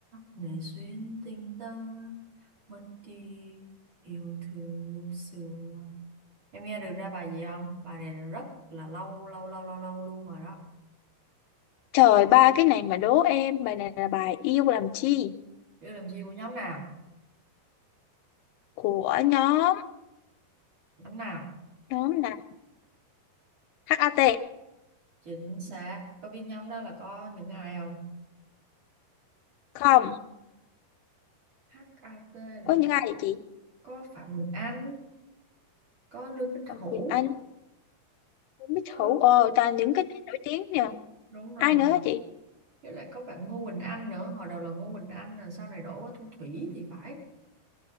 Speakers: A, on the right; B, on the left.
A: ngày duyên tình ta mất đi yêu thương lúc xưa em nghe được ra bài gì không bài này là rất là lâu lâu lâu lâu lâu luôn rồi đó
B: Trời ba cái này mà đố em. Bài này là bài Yêu làm chi
A: yêu làm chi của nhóm nào
B: của nhóm
A: nhóm nào
B: nhóm là HAT.
A: chính xác có biết nhóm đó là có những ai không
B: Không.
A: hát HAT là
B: có những ai
A: có
B: vậy chị
A: có Phạm Quỳnh Anh có Lương Bích
B: Phạm
A: Hữu
B: Quỳnh Anh Bích
A: Ờ,
B: Hữu ồ toàn những cái tên nổi tiếng nhờ
A: đúng rồi
B: ai nữa hả chị
A: với lại có bạn Ngô Quỳnh Anh nữa hồi đầu là Ngô Quỳnh Anh rồi sau này đổi qua Thu Thủy thì phải